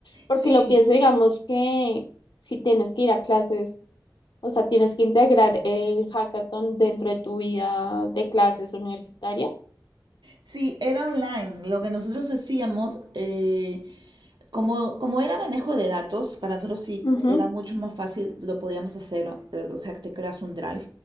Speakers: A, on the left (about 80°); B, on the right (about 75°).
A: Porque
B: Sí,
A: lo pienso, digamos que si tienes que ir a clases, o sea, tienes que integrar el hackathon dentro de tu vida de clases universitaria.
B: Sí, era online. Lo que nosotros hacíamos, eh, como, como era manejo de datos, para nosotros sí
A: Ujú.
B: era mucho más fácil, lo podíamos hacer, o eh, o sea, que te creas un drive